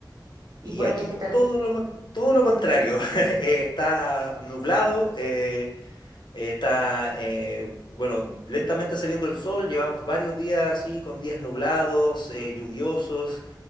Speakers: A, on the right; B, on the left.
A: ¿Y
B: Y
A: por
B: aquí
A: allá qué tal?
B: todo lo, con- todo lo contrario. <laughs> Eh, Está nublado, eh, está, eh, bueno, lentamente saliendo el sol. Llevamos varios días así, con días nublados, eh, lluviosos.